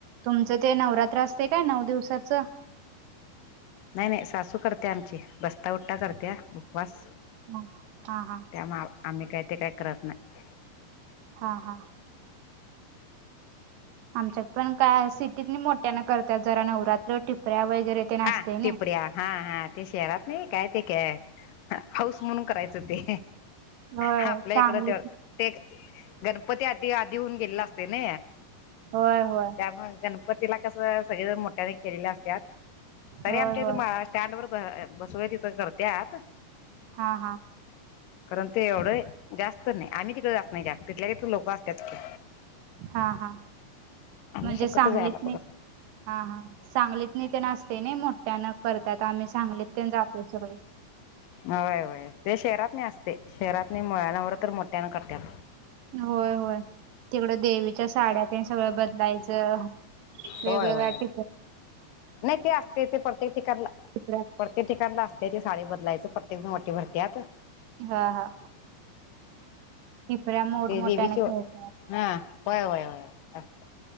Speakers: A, on the right (about 75°); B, on the left (about 65°).
A: तुमचं ते नवरात्र असते काय नऊ दिवसाचं
B: नाही नाही सासू करते आमची बस्ता उट्टा करते उपवास
A: ह हा हा
B: त्यामुळे आम्ही काही ते काय करत नाही
A: हा हा आमच्यात पण काय सिटीत नाही मोठ्या न करतात जरा नवरात्र ठिपऱ्या वगैरे ते
B: हा
A: असते ना
B: टिपड्या हा हा ते शहरात नाही काय ते काय हाऊस म्हणून करायचं ते
A: होय
B: हा आपल्या
A: सांगलीत
B: इकडं ते ते गणपती आधी आधी होऊन गेले असते ना
A: होय होय
B: त्यामुळे गणपतीला कसं सगळे ज मोठ्याने केलेल्या असतात तरी
A: होय
B: आमच्या
A: होय
B: इथे स्टँड वर बसवल्या तिथं करतत
A: हा हा
B: कारण ते एवढं जास्त नाही आम्ही तिकडे जास्त नाही जास्त तिथल्या तर लोकं असतात की
A: हा हा
B: आम्ही
A: म्हणजे
B: शक्यतो
A: सांगलीत
B: जायला
A: नाही
B: बघत
A: हा हा सांगलीत नाही ते नसते नाही मोठ्या न करतात आम्ही सांगलीत ते जाते सगळी
B: हय वय ते शहरात नाही असते शहरात नाही मुळनावर तर मोठ्याना करतात
A: होय होय तिकडं देवीच्या साड्यात सगळं बदलायचं वेगवेग्या
B: होय होय
A: अट
B: नाही ते असते ते पडते तिकला
A: टिपऱ्या
B: पडते ते ठिकाण ला असते ते साडी बदलायचं प्रत्येक जण वाटी भरतात
A: हा हा टिपरा्या मोड
B: ते
A: मोठा
B: देवीची
A: न
B: हा
A: खेळता
B: होय होय होय असते